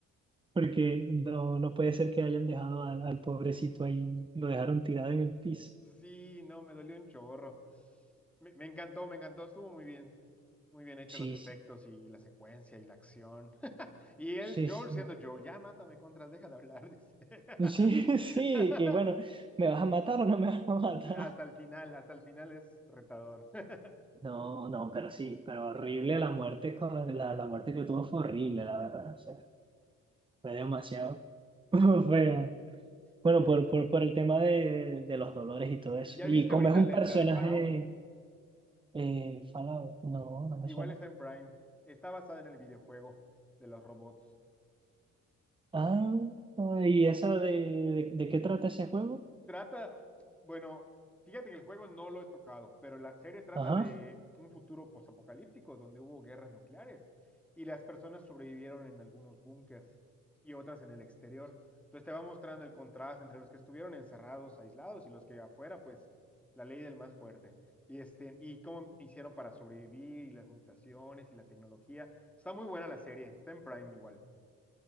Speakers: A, on the right; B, in the centre.
A: porque no, no puede ser que hayan dejado al, al pobrecito ahí, lo dejaron tirado en el piso.
B: Sí, no, me dolió un chorro. Me, me encantó, me encantó, estuvo muy bien. Muy bien hechos
A: Sí,
B: los efectos
A: sí,
B: y, y la secuencia y la acción. Y él,
A: sí,
B: Joel,
A: sí,
B: siendo Joel, ya mátame contras, deja de hablar, dice. <laughs>
A: sí, <laughs> sí, que bueno, ¿me vas a matar o no me vas a matar?
B: Hasta el final, hasta el final es retador. <laughs>
A: No, no, pero sí, pero horrible la muerte, con la, la muerte que tuvo fue horrible, la verdad, o sea, fue demasiado <laughs> fea. Bueno,
B: Sí,
A: por,
B: sí.
A: por, por el tema de, de los dolores y todo eso.
B: ¿Ya
A: Y
B: viste
A: como
B: ahorita
A: es un
B: la,
A: personaje
B: la de Fallout?
A: eh, Fallout, no, no me
B: Igual
A: suena.
B: está en Prime. Está basada en el videojuego de los robots.
A: Ah, ¿y esa de, de, de qué trata ese juego?
B: Trata, bueno, fíjate que el juego no lo he tocado, pero la serie trata
A: Ajá.
B: de un futuro posapocalíptico donde hubo guerras nucleares y las personas sobrevivieron en algunos búnkers y otras en el exterior. Entonces te va mostrando el contraste entre los que estuvieron encerrados, aislados y los que afuera, pues la ley del más fuerte. Y este, y cómo hicieron para sobrevivir y las mutaciones y la tecnología. Está muy buena la serie, está en Prime igual.